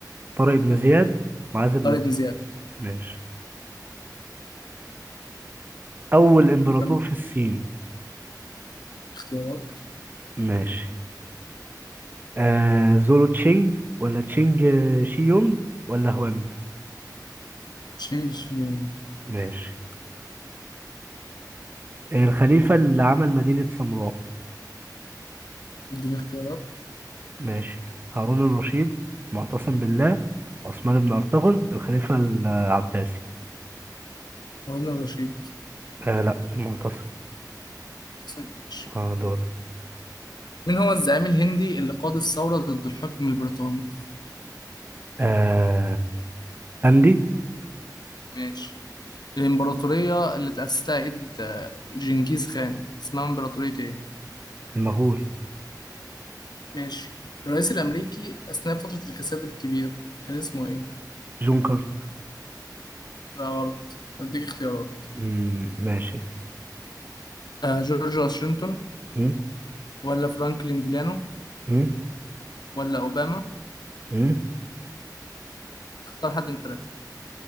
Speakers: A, on the right (about 25°); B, on the left (about 70°).
A: طارق بن
B: لا
A: زياد معاذ بن
B: طارق
A: زياد
B: بن زياد
A: ماشي أول إمبراطور
B: كم
A: في الصين
B: اختيارات
A: ماشي آه زولو تشينج ولا تشينج آه، شي يونج ولا هوانج
B: تشينج شيونج
A: ماشي الخليفة اللي عمل مدينة سامراء
B: اديني اختيارات
A: ماشي هارون الرشيد معتصم بالله عثمان بن أرطغرل الخليفة العباسي
B: هارون الرشيد
A: آه لا المعتصم
B: حسن ماشي
A: اه دورك
B: مين هو الزعيم الهندي اللي قاد الثورة ضد الحكم البريطاني
A: آه أندي
B: ماشي الإمبراطورية اللي تأسسها إيد آه، جنكيز خان اسمها إمبراطورية إيه
A: المغول
B: ماشي الرئيس الأمريكي أثناء فترة الكساد الكبير كان اسمه إيه
A: جون كارتر
B: لا غلط أديك اختيارات
A: مم، ماشي
B: آه جورج واشنطن
A: مم،
B: ولا فرانكلين ديلانو
A: مم،
B: ولا أوباما
A: مم،
B: اختار حد من التلاتة